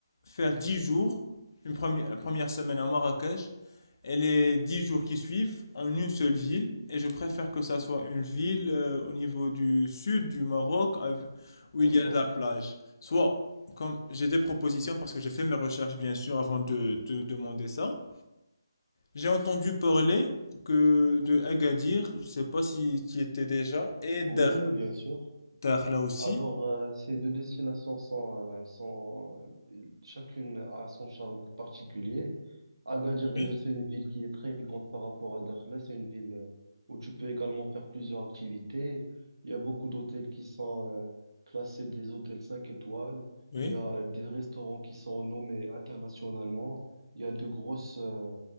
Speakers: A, on the left; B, on the right.
A: faire 10 jours, une première, la première semaine à Marrakech, et les 10 jours qui suivent en une seule ville. Et je préfère que ça soit une ville euh, au niveau du sud du Maroc, av- où il
B: D'accord?
A: y a de la plage. Soit, comme j'ai des propositions, parce que j'ai fait mes recherches, bien sûr, avant de te demander ça. J'ai entendu parler que de Agadir, je sais pas si tu y étais déjà, et Dar,
B: Oui, oui, bien sûr.
A: Dar là aussi.
B: Alors, euh, ces deux destinations sont, euh, sont euh, chacune a son charme particulier. Agadir, déjà,
A: Oui,
B: c'est une ville qui est très grande par rapport à Dakhla. C'est une ville euh, où tu peux également faire plusieurs activités. Il y a beaucoup d'hôtels qui sont euh, classés des hôtels 5 étoiles.
A: Oui.
B: Il y a des restaurants qui sont nommés internationalement. Il y a de grosses, euh,